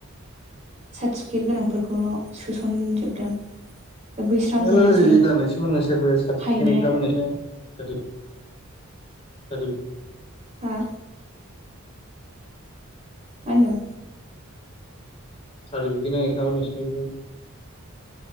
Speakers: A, on the right (about 35°); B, on the left (about 30°).
A: सार्टि फिखिर गोनांफोरखौल' सोसनजोबदों बैस्रा
B: दाननैसो
A: मोनासै
B: मोना सोरबा सार्टिफिकेट
A: हायनाया
B: गैखायामोन <unintelligible> <unintelligible>
A: हा? मा होनदों?
B: सार्टिफिकेना <unintelligible>